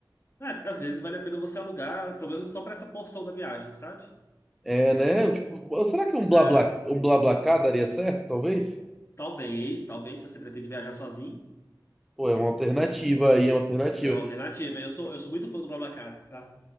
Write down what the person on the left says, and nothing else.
É, às vezes vale a pena você alugar, pelo menos só para essa porção da viagem, sabe?
É,
talvez, talvez, se você pretende viajar sozinho,
é uma alternativa. Eu sou, eu sou muito fã do BlaBlaCar, tá?